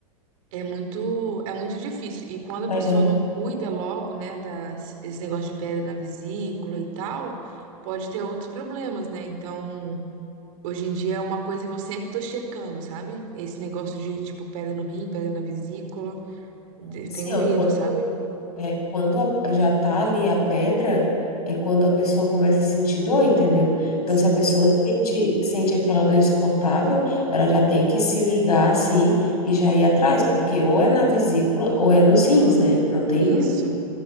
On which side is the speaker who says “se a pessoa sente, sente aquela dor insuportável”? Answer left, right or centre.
Left